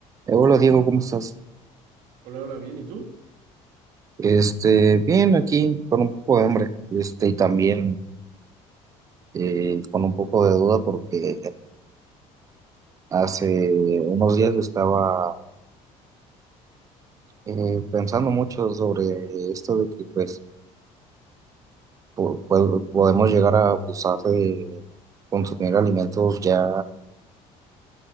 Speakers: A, on the right; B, on the right.
A: Eh, Hola Diego, ¿cómo estás?
B: Hola, hola, bien, ¿y tú?
A: Este, bien, aquí con un poco de hambre, este, y también eh, con un poco de duda porque hace unos días estaba eh, pensando mucho sobre esto de que pues po- po- podemos llegar a abusar de consumir alimentos ya,